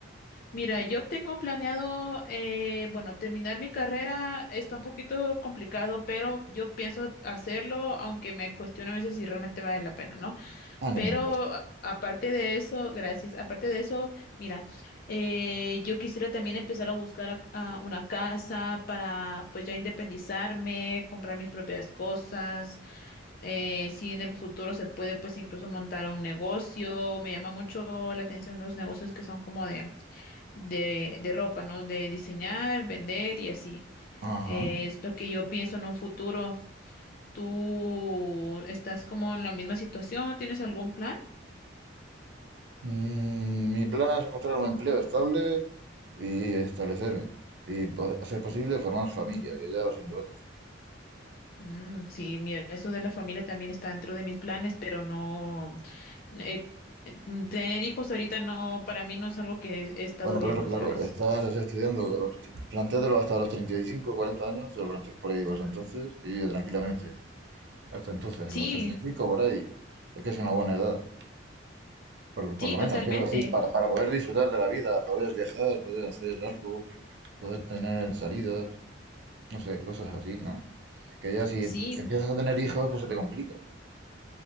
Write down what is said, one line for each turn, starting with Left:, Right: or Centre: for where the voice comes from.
Left: Mira, yo tengo planeado, eh, bueno, terminar mi carrera está un poquito complicado, pero yo pienso hacerlo, aunque me cuestiono a veces si realmente vale la pena, ¿no?
Right: Ánimo.
Left: Pero a- aparte de eso, gracias. Aparte de eso, mira, eh, yo quisiera también empezar a buscar a- a una casa para pues ya independizarme, comprar mis propias cosas. eh, si en el futuro se puede, pues incluso montar un negocio. Me llama mucho la atención los negocios que son como de, de, de ropa, ¿no? De diseñar, vender y así.
Right: Ajá.
Left: Eh, es lo que yo pienso en un futuro. ¿Tú estás como en la misma situación? ¿Tienes algún plan?
Right: Mm, mi plan es encontrar un empleo estable y establecerme. Y po- a ser posible formar familia, que ya va siendo hora.
Left: Mm, sí, mira, eso de la familia también está dentro de mis planes, pero no, eh, eh, mm, tener hijos ahorita no, para mí no es algo que he, he estado
Right: Bueno, claro,
Left: viendo,
Right: claro.
Left: ¿sabes?
Right: Estás así estudiando. lo- Plantéatelo hasta los 35 40 años. Te lo planteas por ahí, pues entonces. Y tranquilamente. Hasta entonces, hasta
Left: Sí,
Right: los treinta y cinco por ahí. Es que es una buena edad. Por,
Left: sí,
Right: por lo
Left: totalmente.
Right: menos, quiero decir, para, para poder disfrutar de la vida, poder viajar, poder hacer algo, poder tener salidas, no sé, cosas así, ¿no? Que ya si
Left: Sí,
Right: empiezas a tener hijos, pues se te complica.